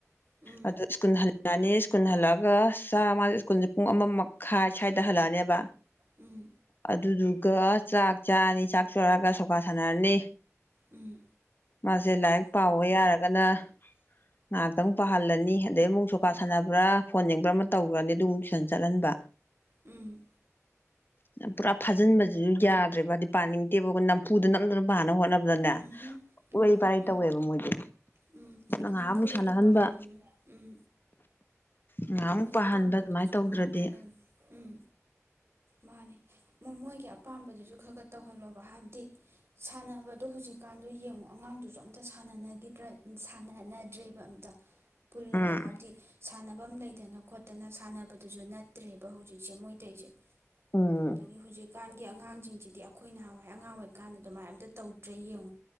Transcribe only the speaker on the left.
ꯑꯗꯣ ꯁ꯭ꯀꯨꯜ ꯍꯟꯂꯥꯀꯅꯤ ꯁ꯭ꯀꯨꯜ ꯍꯜꯂꯛꯑꯒ ꯆꯥꯝꯃꯗ ꯁ꯭ꯀꯨꯜꯁꯦ ꯄꯨꯡ ꯑꯃ ꯃꯈꯥꯏ ꯁ꯭ꯋꯥꯏꯗ ꯍꯜꯂꯛꯑꯅꯦꯕ
ꯑꯗꯨꯁꯨ ꯀꯥ ꯆꯥꯛ ꯆꯥꯔꯅꯤ ꯆꯥꯥꯛ ꯆꯔꯒ ꯁꯣꯏ ꯄꯥ ꯁꯅꯔꯅꯤ
ꯃꯥꯁꯦ ꯂꯥꯏꯔꯤꯛ ꯄꯥꯎꯕ ꯌꯥꯔꯒꯅ ꯉꯥꯏꯍꯥꯛꯇꯪ ꯄꯥꯍꯜꯂꯅꯤ ꯑꯗꯩ ꯑꯃꯨꯛ ꯁꯨꯀꯥ
ꯁꯥꯟꯅꯕ꯭ꯔꯥ ꯐꯣꯟ ꯌꯦꯡꯕ꯭ꯔꯥ ꯑꯃ ꯇꯧꯈ꯭ꯔꯅꯤ ꯑꯗꯨ ꯇꯨꯏꯁꯟ ꯆꯠꯍꯟꯕ
ꯄꯨꯔꯥ ꯐꯥꯖꯤꯟꯕꯁꯤꯁꯨ ꯌꯥꯗ꯭ꯔꯦꯕ ꯍꯥꯏꯗꯤ ꯄꯥꯅꯤꯡꯗꯦꯕ ꯅꯝꯐꯨꯗ ꯅꯝꯗꯨꯅ ꯄꯥꯅ ꯍꯣꯠꯅꯕ ꯑꯗꯨꯅꯦ
ꯋꯥꯔꯤ ꯄꯔꯩ
ꯇꯧꯋꯦꯕ ꯃꯣꯏꯗꯤ
ꯉꯥꯏꯍꯥꯛꯃꯨꯛ
ꯁꯥꯟꯅꯍꯟꯕ
ꯉꯥꯏꯍꯥꯛꯃꯨꯛ
ꯄꯥꯍꯟꯕ
ꯑꯗꯨꯃꯥꯏꯅ ꯇꯧꯗ꯭ꯔꯗꯤ
ꯎꯝ
ꯎꯝ